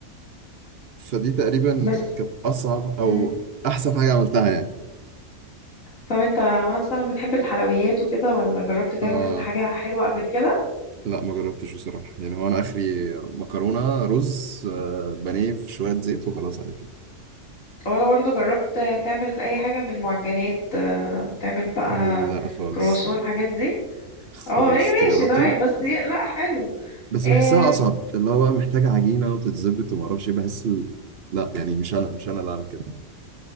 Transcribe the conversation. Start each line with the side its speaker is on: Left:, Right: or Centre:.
Right: فدي تقريبا
Left: بس
Right: كانت اصعب او
Left: امم
Right: احسن حاجه عملتها يعني
Left: طب انت مثلا بتحب الحلويات وكده ولا جربت تعمل
Right: آه
Left: حاجه حلوه قبل كده
Right: لا ما جربتش بصراحه يعني هو انا اخري مكرونه رز آه بانيه في شويه زيت وخلاص على كده
Left: ولا برضو جربت تعمل اي حاجة من المعجنات آه، تعمل بقى
Right: لا خالص
Left: كرواسون الحاجات دي
Right: خالص
Left: اه ايه
Right: دي
Left: ماشي
Right: جربتي
Left: تمام بس دي- لا حلو
Right: بس
Left: إيه
Right: بحسها اصعب اللي هو بقى محتاجه عجينه وتتظبط وما اعرفش ايه بحس ال... لا يعني مش انا مش انا اللي اعمل كده